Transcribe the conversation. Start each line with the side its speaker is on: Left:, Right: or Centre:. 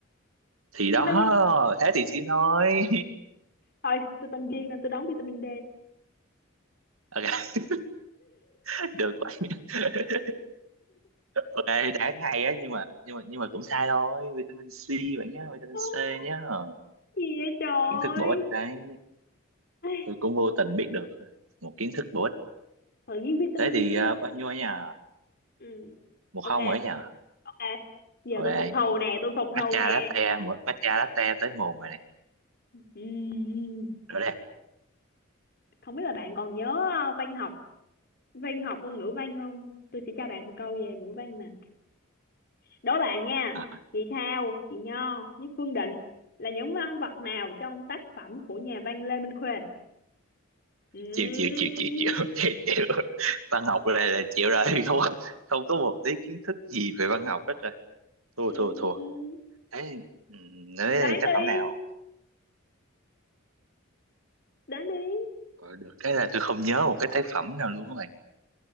Right: thì đó
Left: vitamin
Right: thế thì chỉ nói
Left: thôi tôi tên Duyên nên tôi đón vitamin D
Right: <laughs> Ok, được quá <laughs> ok đã ngay á nhưng mà nhưng mà nhưng mà cũng sai thôi vitamin C bạn nhé vitamin
Left: <laughs>
Right: C nhé Ờ,
Left: gì vậy trời
Right: kiến thức bổ ích đấy
Left: Ai,
Right: tôi cũng vô tình biết được một kiến thức bổ ích
Left: tự nhiên vitamin
Right: thế thì ờ,
Left: C
Right: bao nhiêu ở nhà
Left: ừ
Right: một
Left: ok
Right: không ở nhà
Left: ok giờ
Right: ok
Left: tôi phục thù nè tôi phục thù
Right: matcha
Left: nè
Right: latte một matcha latte tới mồm rồi này
Left: Ừm,
Right: rồi đây
Left: không biết là bạn còn nhớ ờ, văn học văn học ngôn ngữ văn không tôi sẽ cho bạn một câu về ngữ văn nè đố bạn nha
Right: À.
Left: chị Thao chị Nho với Phương Định là những nhân vật nào trong tác phẩm của nhà văn Lê Minh Khuê Ừm,
Right: chịu chịu chịu chịu chịu <laughs> chịu chịu văn học này là chịu rồi <laughs> không không có một tí kiến thức gì về văn học hết rồi thua
Left: ừm,
Right: thua thua ấy nói
Left: đoán
Right: tác
Left: đi
Right: phẩm nào
Left: đoán đi
Right: Ờ, được cái là tôi không nhớ một cái tác phẩm nào luôn các bạn